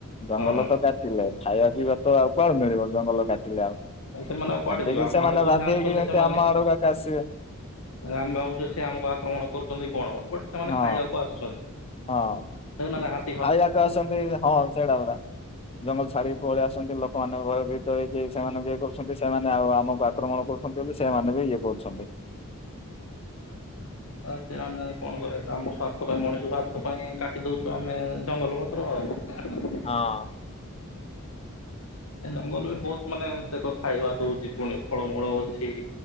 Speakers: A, on the left; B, on the left.
A: ଜଙ୍ଗଲ
B: ହଁ
A: ତ କାଟିଲେ। ଖାଇବା ପିଇବା ତ ଆଉ କଣ ମିଳିବ? ଜଙ୍ଗଲ କାଟିଲେ ଆଉ
B: ସେମାନେ ଆଉ କୁଆଡେ
A: ଏବେବି
B: ଯିବେ ଆମ
A: ସେମାନେ
B: ଆଡକୁ
A: ବାଧ୍ୟ
B: ହିଁ ଆସୁଛନ୍ତି
A: ହେଇକି ଏମିତି
B: ସେମାନେ।
A: ଆମ ଆଡକୁ କାକୁ ଆସିବେ।
B: ଆମେ ଭାବୁଛେ ସେ ଆମକୁ ଆକ୍ରମଣ କରୁଛନ୍ତି କଣ କ ବଟ ସେମାନେ
A: ହଁ
B: ଖାଇବାକୁ ଆସୁଛନ୍ତି।
A: ହଁ।
B: ତନା ନା <unintelligible>
A: ହାଇ ଯାକ ଅଛନ୍ତି ହଁ ସେଇଟା ପରା। ଜଙ୍ଗଲ ଛାଡିକି ପଳେଇ ଆସଛନ୍ତି ଲୋକମାନେ ଭୟଭୀତ ହେଇକି ସେମାନଙ୍କୁ ଇଏ କରୁଛନ୍ତି ସେମାନେ ଆଉ ଆମ ପାଖ ଆକ୍ରମଣ କରୁଛନ୍ତି ବୋଲି ସେମାନେ ବି ଇଏ କରୁଛନ୍ତି।
B: ଆ ସେମାନେ କଣ କରେ ଆମ ସ୍ୱାର୍ଥ ପାଇଁ ମଣିଷ ସ୍ୱାର୍ଥ ପାଇଁ କାଟି ଦଉଛୁ ଆମେ ଜଙ୍ଗଲ ଉ <unintelligible>
A: ହଁ।
B: ଏ ଜଙ୍ଗଲ ବି ବହୁତ ମାନେ ଦେଖ ଖାଇବା ଦଉଛି ପୁଣି ଫଳମୂଳ ଅଛି।